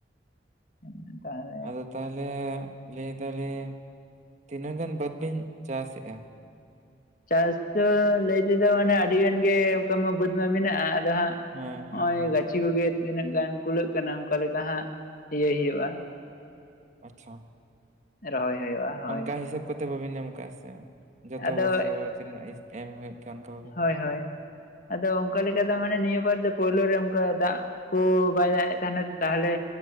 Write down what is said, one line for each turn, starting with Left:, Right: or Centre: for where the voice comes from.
Left: ᱩᱸ ᱛᱟᱦᱞᱮ
Right: ᱟᱫᱚ ᱛᱟᱦᱚᱞᱮ ᱞᱟᱹᱭ ᱫᱟᱞᱤᱧ ᱛᱤᱱᱟᱹᱜ ᱜᱟᱱ ᱵᱟᱹᱫᱽ ᱵᱤᱱ ᱪᱟᱥᱮᱫ-ᱟ?
Left: ᱪᱟᱥ ᱫᱚ ᱞᱟᱹᱭ ᱛᱮᱫᱚ ᱢᱟᱱᱮ ᱟᱹᱰᱤ ᱜᱟᱱ ᱜᱮ ᱚᱱᱠᱟ ᱢᱟ ᱵᱟᱹᱫᱽ ᱢᱟ ᱢᱮᱱᱟᱜᱼᱟ᱾ ᱟᱫᱚ ᱦᱟᱸᱜ
Right: ᱦᱮᱸ ᱦᱮᱸ᱾
Left: ᱱᱚᱜ-ᱚᱭ
Right: ᱦᱮᱸ
Left: ᱜᱟᱪᱷᱤ ᱠᱚᱜᱮ ᱛᱤᱱᱟᱹᱜ ᱜᱟᱱ ᱠᱩᱞᱟᱹᱜ ᱠᱟᱱᱟ, ᱚᱱᱠᱟ ᱞᱮᱠᱟ ᱦᱟᱸᱜ ᱤᱭᱟᱹᱭ ᱦᱩᱭᱩᱜᱼᱟ᱾
Right: ᱟᱪᱪᱷᱟ᱾
Left: ᱨᱚᱦᱚᱭ ᱦᱩᱭᱩᱜᱼᱟ᱾ ᱦᱳᱭ
Right: ᱚᱱᱠᱟ ᱦᱤᱥᱟᱹᱵ ᱠᱚᱛᱮ ᱵᱟᱟᱹᱵᱤᱱ ᱮᱢ ᱠᱟᱜᱼᱟ ᱥᱮ, ᱡᱚᱛᱚ
Left: ᱟᱫᱚ
Right: ᱵᱚᱨᱥᱚ ᱛᱤᱱᱟᱹᱜ ᱮᱢ ᱦᱩᱭᱩᱜ ᱚᱱᱠᱟ ᱵᱟ
Left: ᱦᱳᱭ ᱦᱳᱭ ᱟᱫᱚ ᱚᱱᱠᱟ ᱞᱮᱠᱟ ᱫᱚ ᱢᱟᱱᱮ ᱱᱤᱭᱟᱹ ᱵᱟᱨ ᱫᱚ ᱯᱳᱭᱞᱚ ᱨᱮ ᱚᱱᱠᱟ ᱫᱟᱜ ᱠᱚ ᱵᱟᱭ ᱫᱟᱜ-ᱮᱫ ᱛᱟᱦᱮᱱᱟ ᱛᱚ ᱛᱟᱦᱚᱞᱮ